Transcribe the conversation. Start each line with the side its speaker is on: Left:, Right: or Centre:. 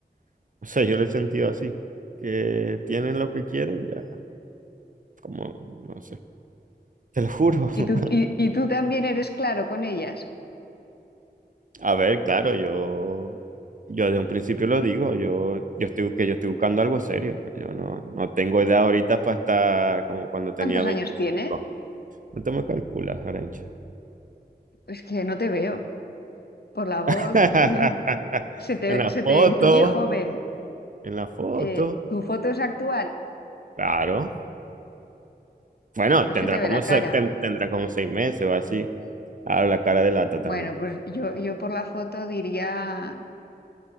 Right: <laughs> o sea, yo lo he sentido así, que tienen lo que quieren, ya, como, no sé, te lo juro.
Left: ¿Y
Right: <laughs>
Left: tú, y, y tú también eres claro con ellas?
Right: A ver, claro, yo, yo de un principio lo digo, yo, yo estoy, que yo estoy buscando algo serio, yo no, no tengo edad ahorita para estar como cuando tenía
Left: ¿Cuántos años
Right: 25.
Left: tienes?
Right: No te me calculas, Arencha.
Left: Es que no te veo. Por la
Right: <laughs>
Left: voz, <laughs> se te,
Right: En la
Left: se te
Right: foto.
Left: intuye joven.
Right: en la foto.
Left: Eh, ¿tu foto es actual?
Right: Claro. Bueno,
Left: No
Right: tendrá
Left: se te ve
Right: como,
Left: la cara.
Right: se- ten- tendrá como seis meses o así. Ah, la cara de lata
Left: Bueno,
Right: también.
Left: pues yo, yo por la foto diría